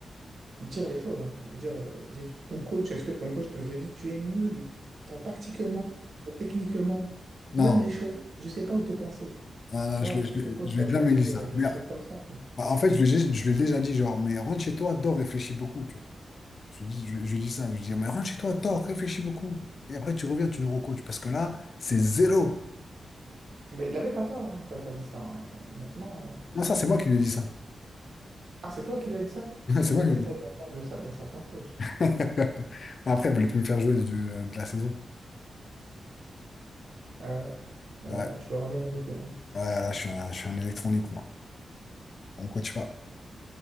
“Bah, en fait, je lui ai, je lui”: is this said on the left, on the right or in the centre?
Left